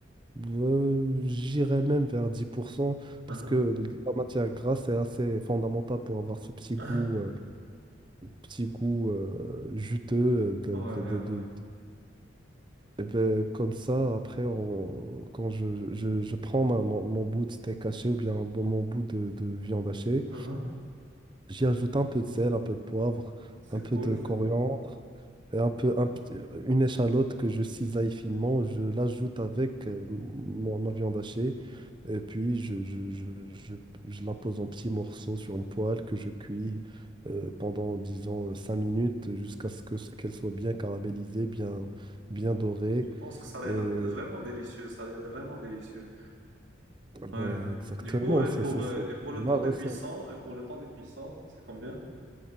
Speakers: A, on the right; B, on the right.
A: Euh, j'irais même vers 10%
B: Uh-huh.
A: parce que la matière grasse est assez fondamentale pour avoir ce petit
B: <clears throat>
A: goût. petit goût euh, juteux de,
B: Ouais,
A: de- de- de-
B: ouais.
A: eh ben, comme ça, après, on- quand je, je- je prends ma- mon, mon bout de steak haché ou bien mon bout de, de viande hachée,
B: uh-huh.
A: J'y ajoute un peu de sel, un peu de poivre,
B: C'est
A: un peu
B: cool,
A: de
B: c'est
A: coriandre
B: cool.
A: et un peu, un petit- une échalote que je cisaille finement. Je l'ajoute avec euh, mon- ma viande hachée et puis je, je, je, je, je la pose en petits morceaux sur une poêle que je cuis euh, pendant, disons, euh, 5 minutes jusqu'à ce que, qu'elle soit bien caramélisée, bien, bien dorée.
B: Je pense que ça a l'air
A: Et euh,
B: d- vraiment délicieux, ça a l'air vraiment délicieux. Ouais.
A: ben, exactement,
B: Du coup, et
A: c'est
B: pour,
A: c'est-
B: euh,
A: c'est
B: et pour le
A: ma
B: temps
A: recette.
B: de cuisson, et pour le temps de cuisson, c'est combien?